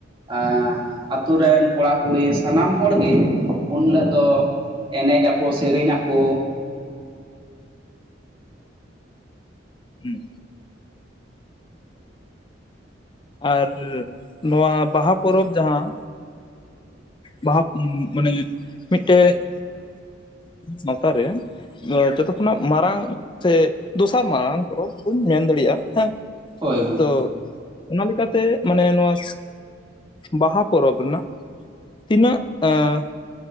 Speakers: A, on the right (about 25°); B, on the left (about 25°).
A: ᱟᱹ ᱟᱛᱳ ᱨᱮᱱ ᱠᱚᱲᱟ ᱠᱩᱲᱤ ᱥᱟᱱᱟᱢ ᱦᱚᱲᱜᱮ ᱩᱱᱦᱤᱞᱳᱜ ᱫᱚ ᱮᱱᱮᱡ ᱟᱠᱚ ᱥᱮᱨᱮᱧ ᱟᱠᱚ᱾
B: ᱦᱩᱸ᱾ ᱟᱨ ᱱᱚᱣᱟ ᱵᱟᱦᱟ ᱯᱚᱨᱚᱵᱽ ᱡᱟᱦᱟᱸ ᱵᱟᱦᱟ ᱢᱟᱱᱮ ᱢᱤᱫᱴᱮᱡ ᱥᱟᱶᱛᱟᱨᱮ ᱡᱚᱛᱚ ᱠᱷᱚᱱᱟᱜ ᱢᱟᱨᱟᱝ ᱥᱮ ᱫᱚᱥᱟᱨ ᱢᱟᱨᱟᱝ ᱯᱚᱨᱚᱵᱽ ᱵᱚᱱ ᱢᱮᱱ ᱫᱟᱲᱮᱭᱟᱜ-ᱟ ᱦᱮᱸ᱾
A: ᱦᱳᱭ ᱦᱳᱭ᱾
B: ᱛᱚ ᱚᱱᱟ ᱞᱮᱠᱟᱛᱮ ᱢᱟᱱᱮ ᱱᱚᱣᱟ ᱵᱟᱦᱟ ᱯᱚᱨᱚᱵᱽ ᱨᱮᱱᱟᱜ ᱛᱤᱱᱟᱹᱜ-ᱮᱸ